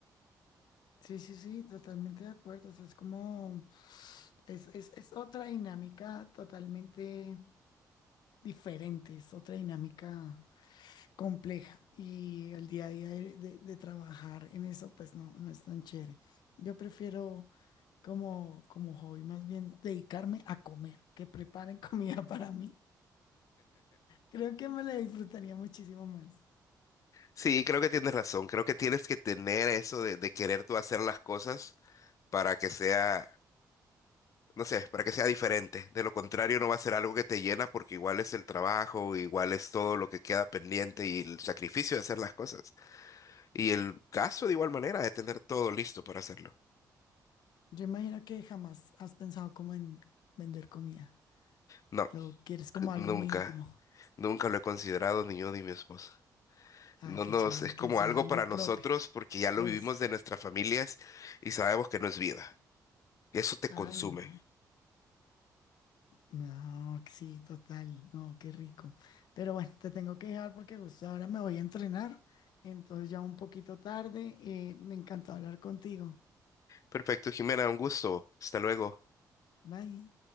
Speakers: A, on the left (about 80°); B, on the left (about 50°).
A: Sí, sí, sí, totalmente de acuerdo. O sea, es como, es, es, es otra dinámica totalmente diferente, es otra dinámica compleja y el día a día de, de- de trabajar en eso pues no, no es tan chévere. Yo prefiero como, como hobby más bien dedicarme a comer, que preparen <laughs> comida para mí. Creo que me la disfrutaría muchísimo más.
B: Sí, creo que tienes razón. Creo que tienes que tener eso de, de querer tú hacer las cosas para que sea no sé, para que sea diferente. De lo contrario, no va a ser algo que te llena porque igual es el trabajo, igual es todo lo que queda pendiente y el sacrificio de hacer las cosas. Y el caso de igual manera de tener todo listo para hacerlo.
A: Yo imagino que jamás has pensado como en vender comida.
B: No,
A: Lo quieres como algo
B: nunca,
A: muy íntimo.
B: nunca lo he considerado ni yo ni mi esposa.
A: Ay,
B: No
A: qué
B: nos,
A: chévere,
B: es
A: que
B: como
A: sea
B: algo
A: algo
B: para nosotros
A: propio.
B: porque ya lo
A: Eso.
B: vivimos de nuestras familias y sabemos que no es vida. Eso te
A: Ay,
B: consume.
A: no. No, sí, total, no, qué rico. Pero bueno, te tengo que dejar porque justo ahora me voy a entrenar, entonces ya un poquito tarde, eh, me encantó hablar contigo.
B: Perfecto, Jimena, un gusto. Hasta luego.
A: Bye.